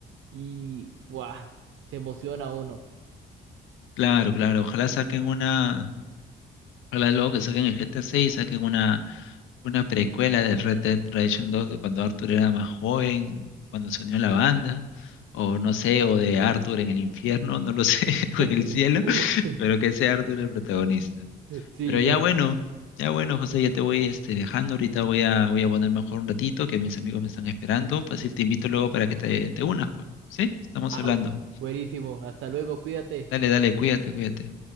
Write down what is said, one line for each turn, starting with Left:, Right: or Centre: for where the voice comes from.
Right: y ¡fua! se emociona uno.
Left: Claro, claro, ojalá saquen una Ojalá luego que saquen el GTA 6, saquen una, una precuela del Red Dead Redemption 2 de cuando Arthur era más joven, cuando se unió a la banda, o no sé, o de Arthur en el infierno, no lo sé, <laughs>
Right: <laughs>
Left: o en el cielo, pero que sea Arthur el protagonista.
Right: Sí,
Left: Pero
Right: dice,
Left: ya bueno, ya bueno, José, ya te voy este, dejando, ahorita voy a, voy a poner mejor un ratito, que mis amigos me están esperando, fácil, te invito luego para que te, te unas, pues, ¿sí? Estamos
Right: ¡au!
Left: hablando.
Right: Buenísimo, hasta luego, cuídate.
Left: Dale, dale, cuídate, cuídate.